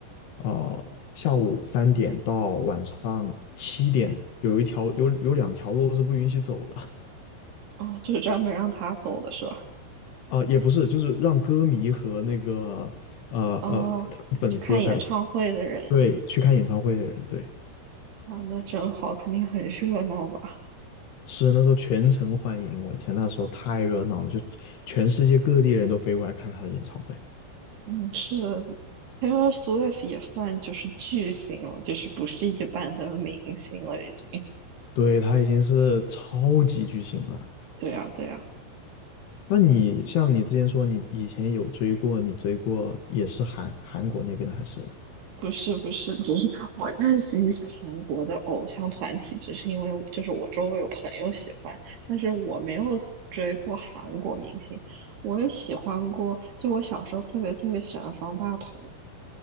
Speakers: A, on the left; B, on the right.
A: 啊、下午三点到晚上七点，有一条有有两条路是不允许走的。
B: 哦，就是专门让他走的是吧？
A: 啊、也不是，就是让歌迷和那个呃呃
B: 哦，
A: 粉丝还有
B: 去看演唱会的人，
A: 对，去看演唱会的人，对，
B: 哇，那真好，肯定很热闹吧？
A: 是那时候全城欢迎，我的天，那时候太热闹了，就全世界各地人都飞过来看他的演唱会。
B: 嗯，是的，Taylor Swift 也算就是巨星了，就是不是一般的明星了，已经。
A: 对，他已经是超级巨星了。
B: 对呀，对呀。
A: 那你像你之前说，你以前有追过，你追过也是韩韩国那边的，还是？
B: 不是不是，只是我认识一些韩国的偶像团体，只是因为我就是我周围有朋友喜欢，但是我没有喜追过韩国明星。我也喜欢过，就我小时候特别特别喜欢方大同。